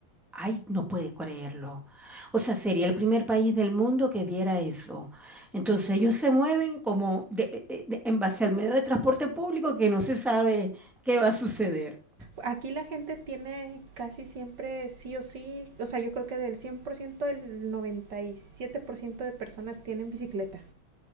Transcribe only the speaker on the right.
Aquí la gente tiene casi siempre sí o sí, o sea, yo creo que del 100% el 97% de personas tienen bicicleta.